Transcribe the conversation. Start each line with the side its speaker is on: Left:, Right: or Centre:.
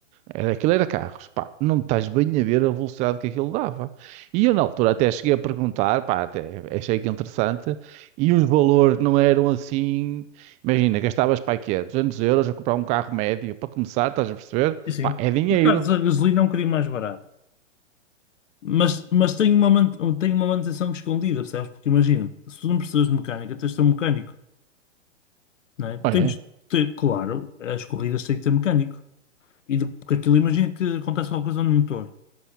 Right: Era, aquilo era carros, pá, não estás bem a ver a velocidade que aquilo dava. E eu na altura até cheguei a perguntar, pá, até achei que interessante, e os valores não eram assim, imagina, gastavas para quê? 200 euros a comprar um carro médio, para começar, estás a perceber?
Left: E sim,
Right: Pá, é dinheiro.
Left: os carros a gasolina é um bocadinho mais barato. Mas, mas tem uma, man- tem uma manutenção escondida, percebes? Porque imagina, se tu não precisas de mecânica, tens de ter um mecânico. não é?
Right: Olha,
Left: Tens,
Right: é.
Left: te- claro, as corridas têm que ter mecânico. E de- porque aquilo, imagina que acontece alguma coisa no motor,